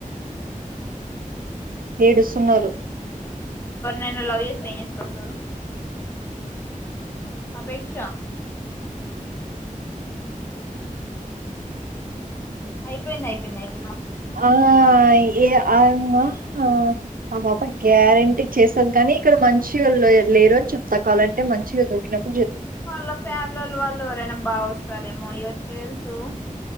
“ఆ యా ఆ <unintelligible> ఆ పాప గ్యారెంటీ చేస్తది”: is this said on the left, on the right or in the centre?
Right